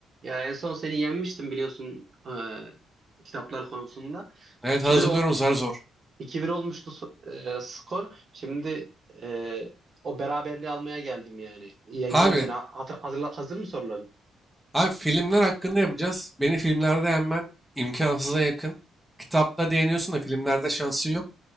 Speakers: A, on the right; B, in the centre.
A: Ya en son seni yenmiştim biliyorsun e, kitaplar konusunda.
B: Evet
A: 2-1
B: hazırlıyorum
A: o-
B: zar zor.
A: 2-1 olmuştu so- e, skor. Şimdi e, o beraberliği almaya geldim yani. Yeneceğim
B: Abi,
A: seni. Ha- Hatır, hazırla- hazır mı soruların?
B: abi filmler hakkında yapacağız. Beni filmlerde yenmen imkansıza yakın. Kitapta değiniyorsun da filmlerde şansın yok.